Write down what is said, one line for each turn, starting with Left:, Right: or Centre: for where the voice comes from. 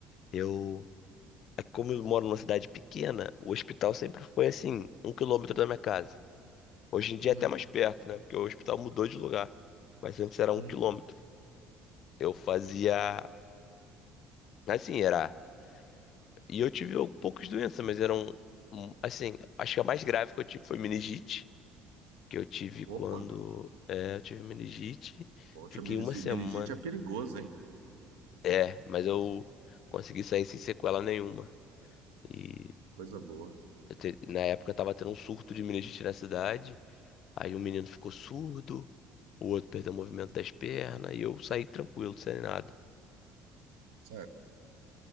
Left: Eu, é como eu moro numa cidade pequena, o hospital sempre foi assim, um quilômetro da minha casa. Hoje em
Right: uhum,
Left: dia é até mais perto, né? Porque o hospital mudou de lugar. Mas antes era um
Right: hum.
Left: quilômetro. Eu fazia, assim, era. E eu tive al- poucas doenças, mas eram, hum, assim, acho que a mais grave que eu tive foi meningite, que eu tive
Right: Opa,
Left: quando, é, eu tive meningite,
Right: poxa,
Left: fiquei
Right: meningi-
Left: uma semana.
Right: meningite é perigoso, hein?
Left: É, mas eu consegui sair sem sequela nenhuma. E
Right: Coisa boa.
Left: eu te- na época eu tava tendo um surto de meningite na cidade, aí um menino ficou surdo, o outro perdeu o movimento das pernas, e eu saí tranquilo, sem nada.
Right: Certo.